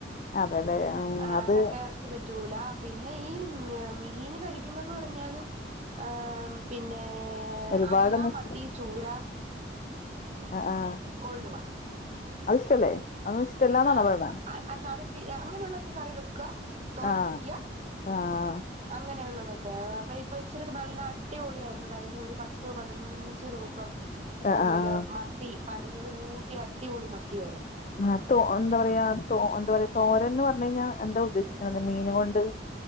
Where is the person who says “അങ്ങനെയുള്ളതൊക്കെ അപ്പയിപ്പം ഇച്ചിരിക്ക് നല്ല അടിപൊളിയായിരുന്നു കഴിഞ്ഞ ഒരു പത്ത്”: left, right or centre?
Right